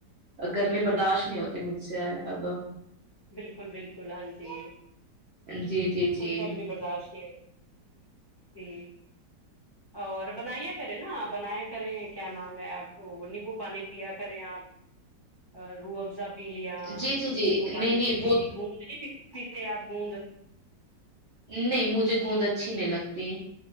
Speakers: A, on the right; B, on the left.
A: گرمی برداشت نہیں ہوتی مجھ سے اب
B: بالکل بالکل ہاں جی
A: جی جی جی
B: ہاں گرمی برداشت جی اور بنیا کریں نا آپ بنایا کریں کیا ن میں آپ نیمبو پانی پیا کریں آپ روح افزا پی لیا
A: جی جی جی
B: نیمبو پانی
A: نہیں نہیں
B: پی
A: وہ
B: لی گوندنی پی پیتے آپ گوند
A: نہیں مجھے گوندا اچھی نہیں لگتی